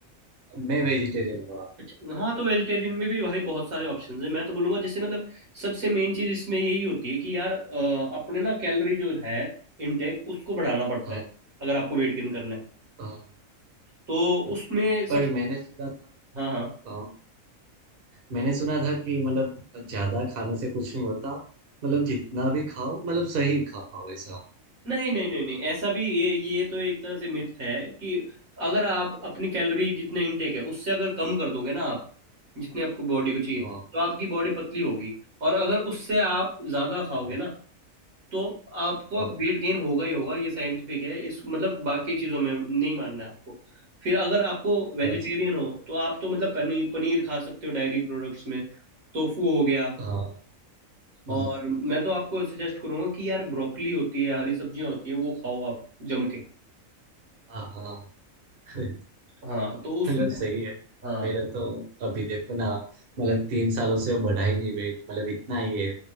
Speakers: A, on the right; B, on the right.
A: मैं वेजिटेरियन हुआ
B: अच्छा हाँ तो वेजिटेरियन में भी भाई बहुत सारे ऑप्शंस हैं मैं तो बोलूँगा जैसे मतलब सबसे मेन चीज़ इसमें यही होती है कि यार अ, अपने ना कैलोरी जो है इनटेक उसको बढ़ाना पड़ता
A: हाँ
B: है अगर आपको वेट गेन करना है
A: हाँ
B: तो
A: पर
B: उसमें सब
A: पर मैंने सुना था
B: हाँ हाँ
A: हाँ, मैंने सुना था कि मतलब ज्यादा खाने से कुछ नहीं होता मतलब जितना भी खाओ मतलब सही खाओ ऐसा
B: नहीं नहीं नहीं नहीं ऐसा भी ये ये तो एक तरह से मिथ है कि अगर आप अपनी कैलोरी जितने इनटेक है उससे अगर कम कर दोगे ना आप जितने आपको बॉडी को चाहिए
A: हाँ
B: तो आपकी बॉडी पतली होगी और अगर उससे आप ज्यादा खाओगे
A: हाँ
B: ना तो आपको
A: अ-
B: वेट गेन होगा ही होगा ये साइंटिफिक है इस मतलब बाकी चीजों में नहीं मानना है आपको फिर अगर आपको वेजिटेरियन
A: अच्छा
B: हो तो आप तो मतलब पनीर पनीर खा सकते हो डायरी प्रोडक्ट्स में टोफू हो गया
A: हाँ हम्म,
B: और मैं तो आपको सजेस्ट करूंगा कि यार ब्रोकली होती है हरी सब्जियां होती हैं वो खाओ आप जम के
A: हाँ हाँ <laughs>
B: हाँ तो उसमें
A: मतलब सही है
B: हाँ
A: मेरा तो अभी देखो ना मतलब तीन सालों से बढ़ा ही नहीं वेट मतलब इतना ही है